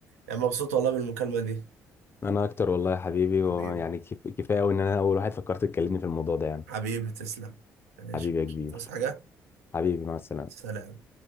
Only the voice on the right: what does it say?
يعني مبسوط والله بالمكالمة دي
حبيبي
حبيبي تسلم ماشي
تصحى حاجة
سلام